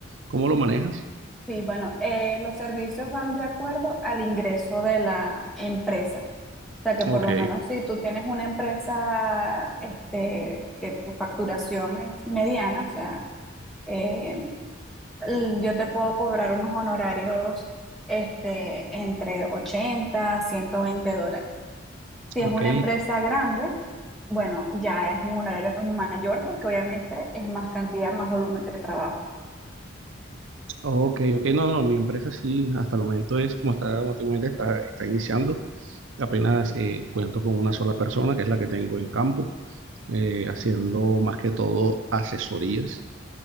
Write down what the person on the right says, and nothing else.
¿Cómo lo manejas?
Ok,
ok,
ok, ok. No, no, mi empresa sí, hasta el momento es, como está, como te comenté, está, está iniciando. Apenas eh, cuento con una sola persona, que es la que tengo en campo, eh, haciendo más que todo asesorías